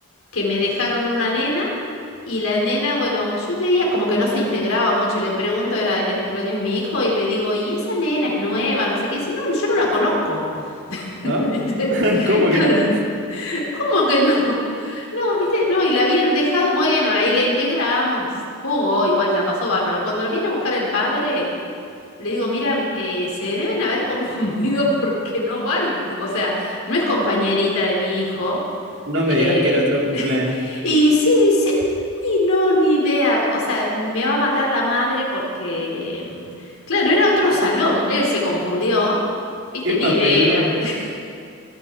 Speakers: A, on the left; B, on the right.
A: que me dejaron una nena y la nena, bueno, yo veía como que no se integraba mucho. Le pregunto, era en el cumpleaños de mi hijo, y le digo, ¿y esa nena es nueva? No sé qué. Y dice, no, no, yo no la conozco.
B: ¿No?
A: <laughs> ¿Viste?
B: <laughs> ¿Cómo
A: Claro,
B: que no?
A: ¿cómo que no? No, ¿viste? No, y la habían dejado, bueno, ahí la integramos. Jugó, igual ya pasó bárbaro. Cuando la viene a buscar el padre, le digo, mira, eh, se deben haber <laughs> confundido porque no va, al- o sea, no es compañerita de mi hijo.
B: No
A: Eh,
B: me digas que era otro cumpleaños.
A: y sí dice, uy, no, ni idea. O sea, me va a matar la madre porque, mm, claro, era otro
B: No,
A: salón.
B: no.
A: Él se confundió. Viste,
B: Qué
A: ni
B: papelón.
A: idea. <laughs>